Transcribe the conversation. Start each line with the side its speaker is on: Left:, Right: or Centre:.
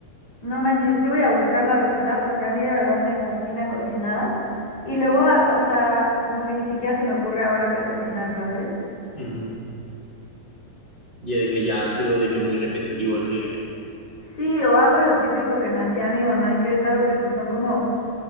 Left: No manches, sí voy a buscar la receta porque a mí de verdad me fascina cocinar. Y luego, a- o sea, como que ni siquiera se me ocurre ahora qué cocinar, ¿sabes?
Right: Uh -huh. Y de que ya ha sido de que muy repetitivo, así de que...
Left: Sí, o hago lo típico que me hacía mi mamá en Querétaro, que pues son como